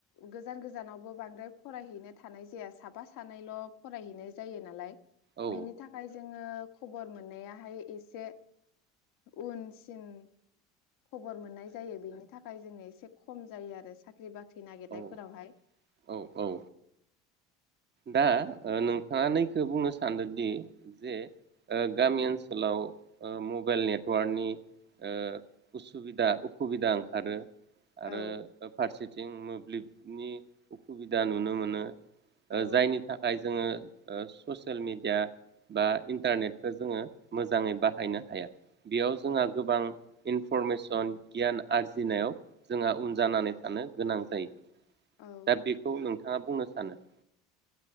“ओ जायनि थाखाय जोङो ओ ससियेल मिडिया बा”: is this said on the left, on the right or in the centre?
Right